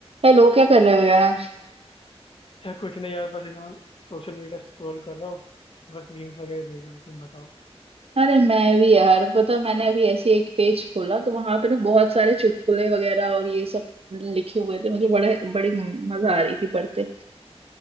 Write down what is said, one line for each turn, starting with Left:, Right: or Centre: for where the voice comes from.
Right: Hello क्या कर रहे हो यार
Left: यार कुछ नहीं यार बस है ना सोशल मीडिया स्क्रॉल कर रहा हूँ बस मीम्स वगैरह देख रहा हूँ तुम बताओ
Right: अरे मैं भी यार पता मैंने अभी ऐसे ही एक पेज खोला तो वहां पे ना बहुत सारे चुटकुले वगैरह और ये सब लिखे हुए थे मुझे बड़ा बड़ी मजा आ रही थी पढ़ते